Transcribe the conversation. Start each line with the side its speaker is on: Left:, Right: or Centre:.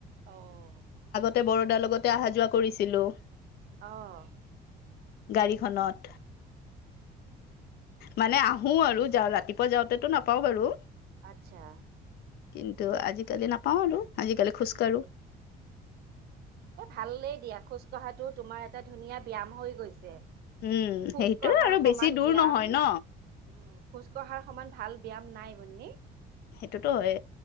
Right: আহ
Left: তে বৰদাৰ লগতে অহা যোৱা কৰিছিলো
Right: আহ
Left: গাড়ীখনত মানে আহো আৰু যা ৰাতিপুৱা যাওঁতেতো নাপাও বাৰু
Right: আতচ্ছা
Left: কিন্তু আজিকালি নাপাওঁ আৰু আজিকালি খোজকাঢ়ো
Right: উম এ ভালেই দিয়া খোজ- কহাটো তোমাৰ এটা ধুনীয়া ব্যায়াম হৈ গৈছে।
Left: উম
Right: খোজ
Left: সেইটোয়ে
Right: কঢ়াৰ
Left: আৰু
Right: সমান
Left: বেছি দূৰ
Right: বিয়াম।
Left: নহয়
Right: উম-
Left: ন
Right: খোজ কঢ়াৰ সমান ভাল ব্যায়াম নাই মুনমী
Left: সেইটোতো হয়